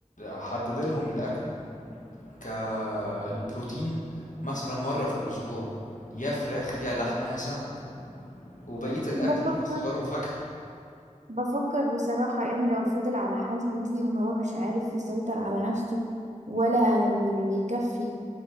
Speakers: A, on the left (about 75°); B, on the right (about 65°).
A: حدد لهم الأكل كالبروتين مثلا مرة في الأسبوع يا فراخ يا لحمة يا سمك وبقية الأكل
B: بفكر
A: خضار وفاكهة
B: بفكر بصراحة يعني لو فضل على حالته دي وان هو مش عارف يسيطر على نفسه ولا ي- يكفي